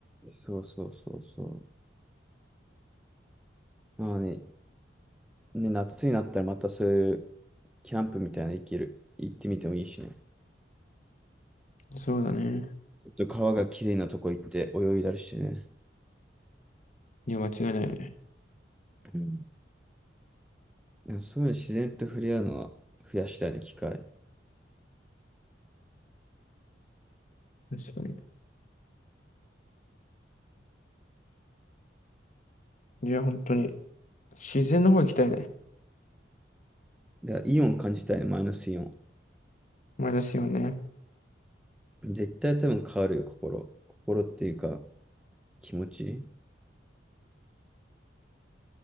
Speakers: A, in the centre; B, on the left.
A: そうそうそうそう。まあね、ね、夏になったらまたそういうキャンプみたいなの行ける、行ってみてもいいしね。
B: そうだね。
A: ちょっと川が綺麗なとこ行って泳いだりしてね。
B: いや、間違いないよね。
A: うん。いやそういうの自然と触れ合うのは増やしたいね、機会。
B: 確かに。いや、本当に、自然の方行きたいね。
A: だからイオン感じたいね、マイナスイオン。
B: マイナスよね。
A: 絶対多分変わるよ、心。心っていうか、気持ち。